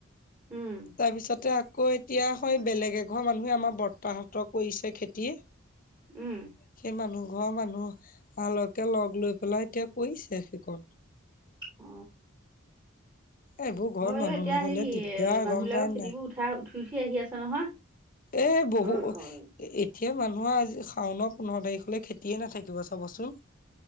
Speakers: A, on the right; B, on the left.
A: উম,
B: তাৰপিছতে আকৌ এতিয়া সেই বেলেগ এঘৰ মানুহে আমাৰ বৰতাহঁতৰ কৰিছে খেতি।
A: উম,
B: সেই মানুহ ঘৰৰ মানুহালকে, লগ লৈ পেলাই এতিয়া কৰিছে সেইকন।
A: অ,
B: এইবোৰ ঘৰত
A: হয়
B: মানুহ
A: অ, এতিয়া
B: নহ'লে
A: হেৰি
B: দিগদাৰ
A: মানুহ
B: গম
A: বিলাকৰ
B: পাই
A: খেতিবোৰ
B: নাই।
A: উঠাই উঠি, উঠি, আহি আছে নহয়।
B: এ, বহু
A: উম,
B: এ,
A: অ,
B: এতিয়া মানুহৰ আজি শাওনা পোন্ধৰ তাৰিখলৈ খেতিয়ে নাথাকিব চাবচোন।